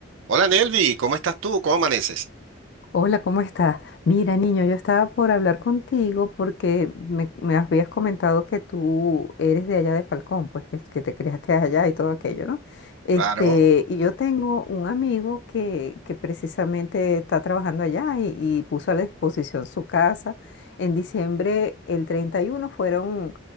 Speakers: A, on the right; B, on the left.
A: Hola Nelvi, ¿cómo estás tú? ¿Cómo amaneces?
B: Hola, ¿cómo estás? Mira, niño, yo estaba por hablar contigo porque me, me habías comentado que tú eres de allá de Falcón, pues que, que te criaste allá y todo aquello, ¿no? Este,
A: Claro,
B: y yo tengo un amigo que, que precisamente está trabajando allá y, y puso a la disposición su casa. En diciembre, el 31 fueron,